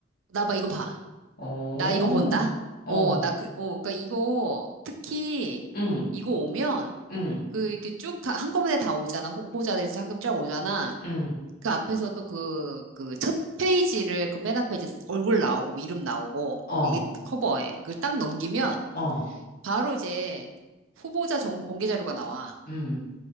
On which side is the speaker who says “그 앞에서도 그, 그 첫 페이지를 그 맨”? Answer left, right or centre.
Right